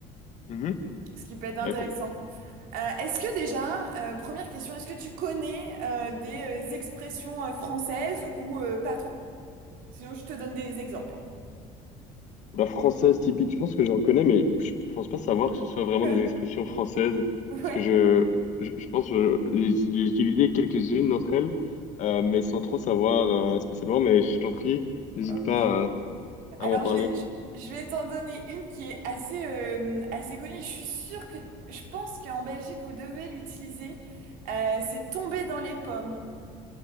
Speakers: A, on the left; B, on the right.
A: Mhm.
B: ce qui peut être intéressant.
A: Bah,
B: Euh, est-ce que déjà euh, première question, est-ce que tu connais euh, des euh, expressions euh, françaises ou euh, pas trop? Sinon, je te donne des exemples.
A: La française typique, je pense que j'en connais, mais je pense pas savoir que ce soit
B: <laughs>
A: vraiment des expressions françaises,
B: Ouais,
A: parce que je, je, je pense que les j'ai utilisé quelques-unes d'entre elles, euh, mais sans trop savoir euh, spécialement, mais je t'en prie, n'hésite
B: ok.
A: pas euh,
B: Alors,
A: à m'en parler.
B: je vais, je, je vais t'en donner une qui est assez, euh, assez connue. Je suis sûre que je pense qu'en Belgique, vous devez l'utiliser. Euh, c'est tomber dans les pommes.